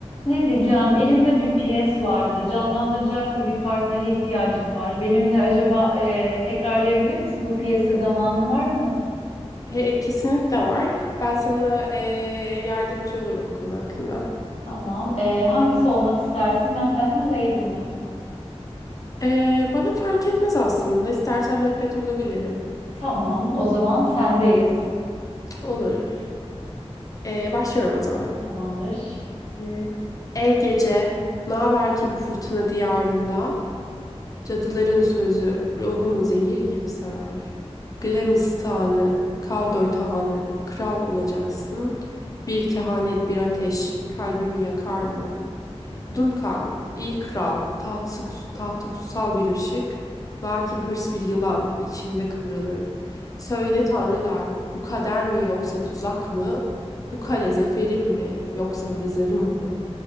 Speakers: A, on the left; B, on the left.
A: Ne diyeceğim? Elimde bir piyes vardı. Canlandıracak bir partnere ihtiyacım var. Benimle acaba e, tekrarlayabilir misin bu piyesi? Zamanın var mı?
B: E, e, kesinlikle var. Ben sana e, yardımcı olurum bu konu hakkında.
A: Tamam. E, hangisi olmak istersin? Mehmet mi, Lady mi?
B: E, bana fark etmez aslında. İstersen mehbet olabilirim.
A: Tamam. O zaman sendeyiz.
B: Olur. E, başlıyorum o zaman.
A: Tamamdır.
B: E, Ey gece, ne haber ki bu fırtına diyarında? Cadıların sözü ruhumu zehir gibi sarar. Glamistanı, Kavdor tahanı, kral olacaksın. Bir kehanet, bir ateş kalbimi yakar mı? Duncan, iyi kral, tahtı, tahtı kutsal bir ışık, lakin hırs bir yılan, içimde kıvrılır. Söyle tanrılar, bu kader mi yoksa tuzak mı? Bu kale zaferim mi yoksa mezarım mı?